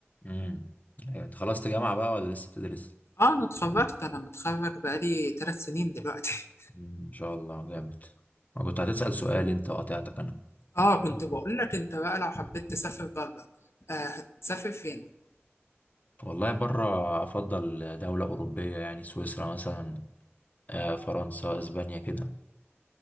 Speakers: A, on the left; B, on the left.
A: امم أيوة، انت خلصت جامعة بقى ولا لسه بتدرس
B: اه انا اتخرجت انا متخرج بقالي ثلاث سنين دلوقتي
A: مم، ما شاء الله جامد انا كنت هتسأل سؤال انت قاطعتك انا
B: <laughs> اه كنت بقول لك انت بقى لو حبيت تسافر بره آه هتسافر فين
A: والله بره افضل دولة اوروبية يعني سويسرا مثلا آه، فرنسا اسبانيا كده